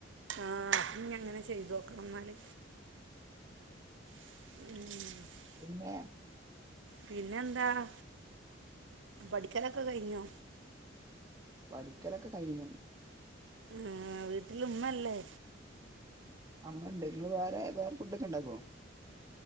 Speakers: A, on the right; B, on the right.
A: ആഹ് അപ്പം ഇഞ്ഞ് അങ്ങനെ ചെയ്തോക്കണം ഇന്നാല് ഉം
B: പിന്നെ
A: പിന്നെ എന്താണ് പഠിക്കലൊക്കെ കഴിഞ്ഞോ
B: പഠിക്കലൊക്കെ കഴിഞ്ഞു
A: ഏഹ് വീട്ടില് ഉമ്മല്ലേ
B: ആഹ് ഇമ്മണ്ട് ഇങ്ങള് വേറെ വേറെ ഫുഡോക്കെ ഇണ്ടാക്കോ